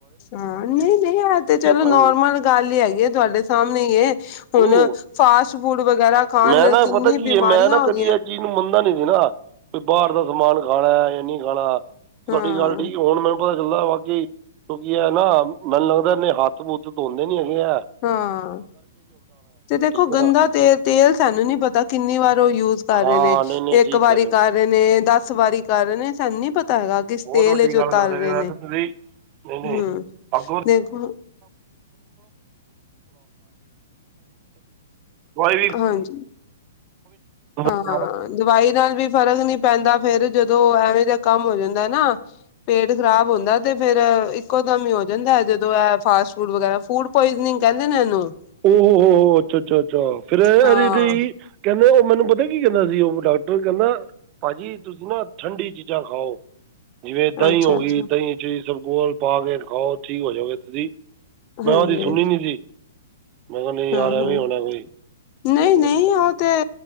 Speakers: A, on the left; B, on the right.
A: ਹਾਂ ਨਹੀਂ ਨਹੀਂ ਆ ਤੇ ਚਲੋ ਨੋਰਮਲ
B: ਹਾਂ
A: ਗੱਲ ਹੀ ਹੈਗੀ ਹੈ ਤੁਹਾਡੇ ਸਾਹਮਣੇ
B: ਨਹੀਂ
A: ਹੁਣ। ਫਾਸਟ ਫੂਡ ਵਗੈਰਾ ਖਾਣ
B: ਮੈਂ
A: ਨਾਲ
B: ਨਾ
A: ਕਿੰਨੀ
B: ਪਤਾ ਕੀ
A: ਬਿਮਾਰੀਆਂ
B: ਹੈ ਮੈਂ ਨਾ
A: ਹੋਦੀਆਂ।
B: ਕਦੀ ਇਹ ਚੀਜ਼ ਨੂੰ ਮੰਨਦਾ ਨਹੀਂ ਸੀ ਨਾ ਵੀ ਬਾਹਰ ਦਾ ਸਮਾਨ ਖਾਣਾ ਜਾਂ ਨਹੀਂ ਖਾਣਾ ਤੁਹਾਡੀ
A: ਹਾਂ
B: ਗੱਲ ਠੀਕ ਹੁਣ ਮੈ। ਪਤਾ ਚੱਲਦਾ ਬਾਕੀ ਕਿਉਂਕਿ ਇਹ ਨਾ ਮੈਨੂੰ ਲੱਗਦਾ ਇਹਨੇ ਹੱਥ ਹੂੰਥ ਧੋਂਦੇ ਨੀ ਹੈਗੇ ਹੈ।
A: ਹਾਂ ਤੇ ਦੇਖੋ
B: ਠੀਕ ਹੈ
A: ਗੰਦਾ
B: ਨਾ
A: ਤੇਲ ਤੇਲ ਸਾਨੂੰ ਨੀ ਪਤਾ ਕਿੰਨੀ ਵਾਰ ਉਹ ਯੂਜ ਕਰ। ਕਰ
B: ਹਾਂ
A: ਰਹੇ ਨੇ
B: ਨਹੀਂ ਨਹੀਂ
A: ਇੱਕ
B: ਠੀਕ
A: ਵਾਰੀ ਕਰ
B: ਹੋ
A: ਕਰ ਰਹੇ ਨੇ ਦਸ ਵਾਰੀ ਕਰ ਰਹੇ ਨੇ ਸਾਨੂੰ ਨੀ ਪਤਾ ਹੈਗਾ ਕਿਸ
B: ਬਹੁਤ
A: ਤੇਲ
B: ਵੱਡੀ
A: ਚ ਉ
B: ਗੱਲ ਕਰਦੇ
A: ਤਲ
B: ਪਏ
A: ਰਹੇ
B: ਹੋ
A: ਨੇ।
B: ਇਹ ਤਾਂ ਤੁਸੀਂ ਨਹੀਂ ਨਹੀਂ
A: ਹਮ
B: ਅੱਗੋਂ
A: ਦੇਖੋ।
B: ਦਵਾਈ।
A: ਹਾਂਜੀ
B: ਉਹ ਵੀ
A: ਹਾਂ ਦਵਾਈ ਨਾਲ ਵੀ ਫ਼ਰਕ ਨੀ ਪੈਂਦਾ ਫੇਰ ਜਦੋਂ ਐਵੇਂ ਦਾ ਕੰਮ ਹੋ ਜਾਂਦਾ। ਨਾ ਪੇਟ ਖ਼ਰਾਬ ਹੁੰਦਾ ਤੇ ਫੇਰ ਇੱਕੋ ਦਮ ਹੀ ਹੋ ਜਾਂਦਾ ਜਦੋਂ ਇਹ ਫਾਸਟ ਫੂਡ ਵਗੈਰਾ। ਫੂਡ ਪੁਆਇਜਨਿੰਗ ਕਹਿੰਦੇ ਨੇੈ ਇਹ ਨੂੰ।
B: ਹੋ ਅੱਛਾ, ਅੱਛਾ, ਅੱਛਾ ਫਿਰ ਇਹ
A: ਹਾਂ
B: ਵੀ ਕਹਿੰਦੇ ਮੈਨੂੰ ਪਤਾ ਕੀ ਕਹਿੰਦਾ ਸੀ ਉਹ ਡਾਕਟਰ ਕਹਿੰਦਾ ਭਾਜੀ ਤੁਸੀਂ ਨਾ ਠੰਡੀ ਚੀਜ਼ਾਂ ਖਾਓ। ਜਿਵੇਂ ਦਹੀਂ
A: ਅੱਛਾ
B: ਹੋ ਗਈ
A: ਅੱਛਾ
B: ਦਹੀਂ ਚ ਇਸਬਗੋਲ ਪਾ ਕੇ ਖਾਓ ਠੀਕ ਹੋ ਜਾਓਗੇ ਤੁਸੀਂ। ਮੈਂ
A: ਹਾਂਜੀ
B: ਉਹਦੀ ਸੁਣੀ ਨੀ ਸੀ ਮੈਂ ਕਿਹਾ ਨਹੀਂ
A: ਹਾਂ
B: ਯਾਰ ਹਾ
A: ਹਾਂ
B: ਵੀ ਹੋਣਾ ਕੋਈ। <inaudible>
A: ਨਹੀਂ ਨਹੀਂ ਉਹ ਤੇ